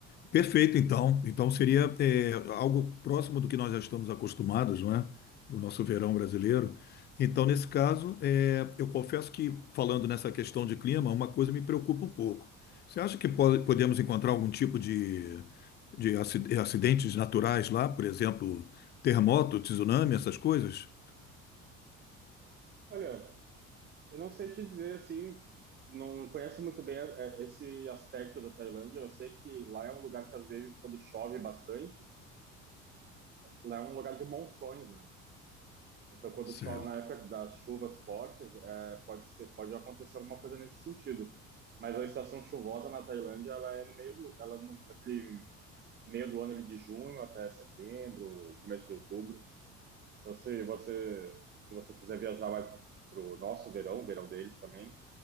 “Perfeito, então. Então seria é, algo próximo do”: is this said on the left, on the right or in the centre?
Left